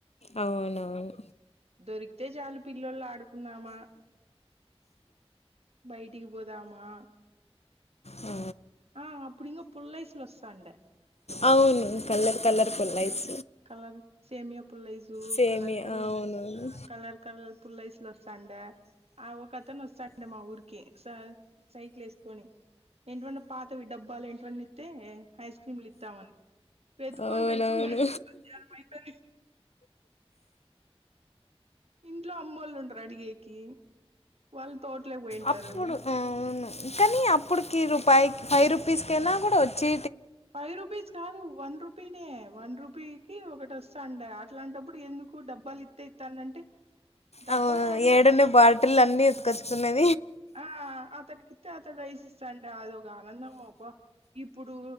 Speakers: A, on the left (about 85°); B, on the right (about 75°).
A: అవునవున్
B: దొరికితే చాలు పిల్లొల్ ఆడుకుంన్నామా బైటికి పోదామా?
A: ఆ
B: ఆ అప్పుడింగ పుల్లైస్లొస్తాడె
A: అవును కలర్ కలర్ పుల్లైస్
B: కలర్ సేమియా పుల్లైసి
A: సేమియా
B: కలర్ కల్
A: అవునవును
B: ఆ కలర్ కలర్ పుల్లైస్లొస్తాండా ఆ ఒక అతన్ వస్తాండే మా ఊర్కి స సైకిల్ ఏస్కోని ఏంటంటే పాతవి డబ్బాలేంటో అన్ని తే ఐస్ క్రీమ్లు ఇత్తామని పేతుకోన్
A: అవునవును
B: పెట్టుకుంటా యా మైథలి ఇంట్లో అమ్ముళ్ళుంటర్ అడిగేకి వాళ్ళు తోటలేక్ పోయింటారు.
A: అప్పుడు అవును కానీ అప్పటికేదో బైక్ ఫైవ్ రూపీస్కైనా కూడా వచ్చి
B: ఫైవ్ రుపీస్ కాదు వన్ రుపీ నే వన్ రూపీకిి ఒకటస్తా అండా అట్లాంటప్పుడు ఎందుకు డబ్బాల్ ఇత్తే ఇత్తానంటే డబ్బాలు
A: ఆ
B: ఏడుగడి
A: ఏడున్నై బాటిల్ అన్నీ ఎత్తుకొచ్చుకున్నా
B: ఆ అతనికిత్తే అతడ్ రైస్ ఇస్తాంటే అదొక ఆనందం అబ్బ ఇప్పుడూ